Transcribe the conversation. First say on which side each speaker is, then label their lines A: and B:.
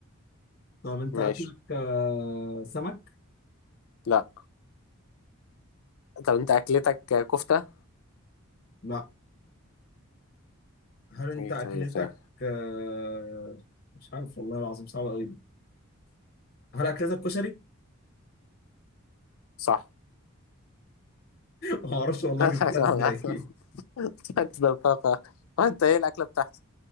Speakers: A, on the left (about 45°); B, on the left (about 80°).
A: طب انت
B: ماشي
A: اكلك آه سمك
B: لا طب انت اكلتك كفتة
A: لا هل انت
B: ايه
A: اكلتك
B: طيب طيب
A: آه مش عارف والله العظيم صعب قوي دي هل اكلتك كشري
B: صح
A: <laughs> ما اعرفش والله
B: <laughs>
A: جبتها ازاي <laughs>
B: تبدل طاقة وانت ايه الأكلة بتاعتك